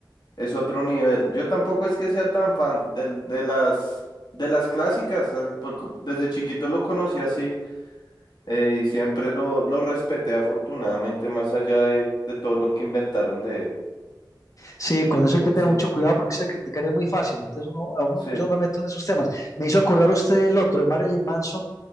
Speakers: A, on the left; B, on the left.
A: es otro nivel. Yo tampoco es que sea tan fan del- de, las, de las clásicas, así, por co- desde chiquito lo conocí así, eh, y siempre lo, lo respeté afortunadamente, más allá de, de todo lo que inventaron de él.
B: Sí, con eso hay que tener
A: Sí,
B: mucho cuidado porque se criticar es muy fácil. Entonces uno, a uno,
A: sí.
B: yo no me meto en esos temas. Me hizo acordar usted el otro, de Marilyn Manson,